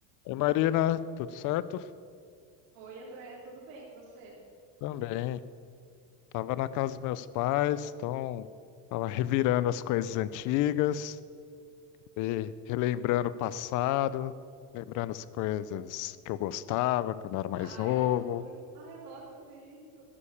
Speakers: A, on the left (about 45°); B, on the right (about 80°).
A: Oi, Marina, tudo certo?
B: Oi, André, tudo bem? E você?
A: Também. Tava na casa dos meus pais, então tava revirando as coisas antigas, e relembrando o passado, lembrando as coisas que eu gostava quando eu era mais
B: Ai,
A: novo.
B: adoro. Ai, adoro fazer isso.